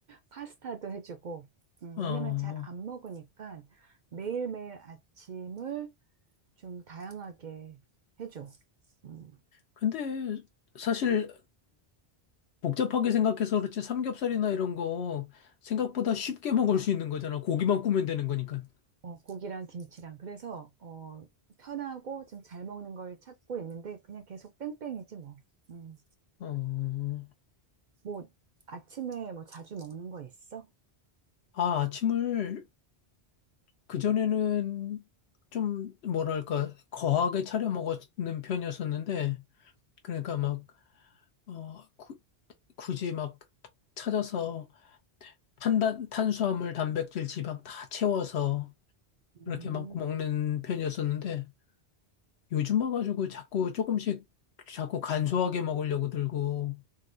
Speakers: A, on the right; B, on the left.
A: 파스타도 해주고 음,
B: 어.
A: 왜냐면 잘 안 먹으니까 매일매일 아침을 좀 다양하게 해줘. 음,
B: 근데 사실 복잡하게 생각해서 그렇지 삼겹살이나 이런 거 생각보다 쉽게 먹을 수 있는 거잖아. 고기만 구면 되는 거니까.
A: 어, 고기랑 김치랑 그래서 어, 편하고 좀 잘 먹는 걸 찾고 있는데 그냥 계속 뺑뺑이지 뭐. 음.
B: 어,
A: 뭐 아침에 뭐 자주 먹는 거 있어?
B: 아, 아침을 그전에는 좀 뭐랄까 거하게 차려 먹는 편이었었는데 그러니까 막 어, 구- 굳이 막 찾아서 탄단 탄수화물, 단백질, 지방 다 채워서
A: 음,
B: 그렇게 막 먹는 편이었었는데 요즘 와가지고 자꾸 조금씩 자꾸 간소하게 먹으려고 들고